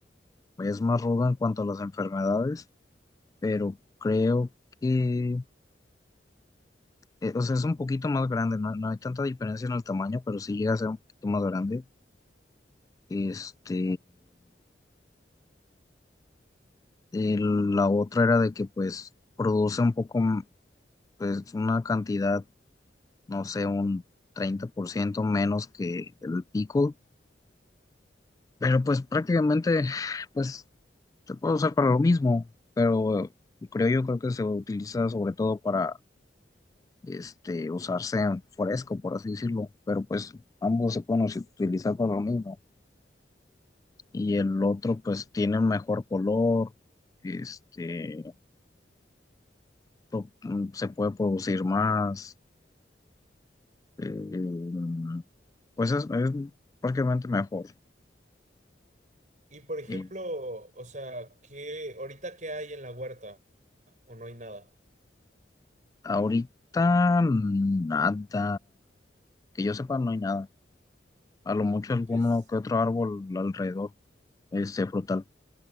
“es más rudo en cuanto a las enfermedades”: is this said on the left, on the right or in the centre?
Left